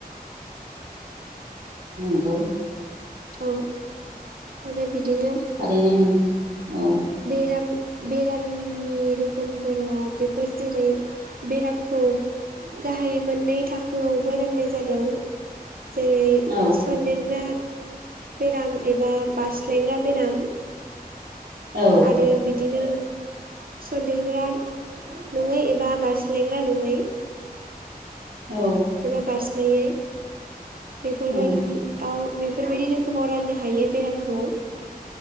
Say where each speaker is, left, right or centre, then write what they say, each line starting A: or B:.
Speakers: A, on the right; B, on the right.
A: नंगौ
B: औ आरो बिदिनो
A: थारैनो नांगौ औ
B: बेराम बेरामनि रोखोमफोरा बेफोर जेरै बेरामखौ गाहाय मोननै थाखोआवबो राननाय जादों जेरै
A: औ औ
B: सन्देरग्रा बेराम एबा बास्लायग्रा बेराम
A: औ
B: आरो बिदिनो सन्देरग्रा नङै एबा बारस्लायग्रा नङै
A: औ
B: एबा बारस्लायै बेफोरबायदि
A: औ
B: आव बेफोरबायदि रोखोमाव राननो हायो बेरामखौ